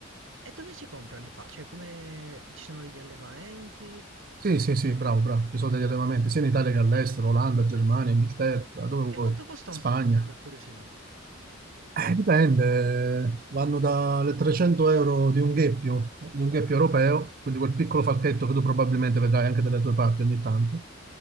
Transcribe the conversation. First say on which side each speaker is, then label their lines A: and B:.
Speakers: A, on the right; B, on the right.
A: E dove si comprano i falchi? Cioè, come ci sono degli allevamenti?
B: Sì, sì, sì, bravo, bravo. Ci sono degli allevamenti sia in Italia che all'estero, Olanda, Germania, Inghilterra, dove vuoi,
A: E quanto costa
B: Spagna.
A: un falco, per curiosità?
B: Eh, Dipende, vanno dalle 300 euro di un gheppio, di un gheppio europeo, quindi quel piccolo falchetto che tu probabilmente vedrai anche dalle tue parti ogni tanto,